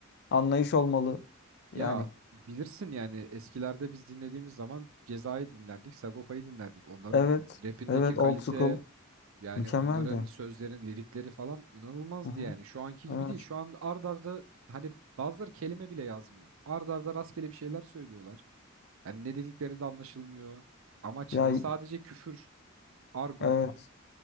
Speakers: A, on the left; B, on the right.
A: anlayış olmalı. Yani
B: Ya bilirsin yani eskilerde biz dinlediğimiz zaman Ceza'yı dinlerdik, Sagopa'yı dinlerdik. Onların
A: evet,
B: rapindeki
A: evet
B: kalite
A: old Kesinlikle. school
B: yani
A: mükemmeldi.
B: onların sözlerin lirikleri falan inanılmazdı
A: Hı hı.
B: yani. Şu anki gibi
A: Evet.
B: değil. Şu an ard arda hani bazıları kelime bile yazmıyor. Ard arda rastgele bir şeyler söylüyorlar. Yani ne dedikleri de anlaşılmıyor. Amaç
A: Ya
B: ne? Sadece küfür, argo.
A: evet.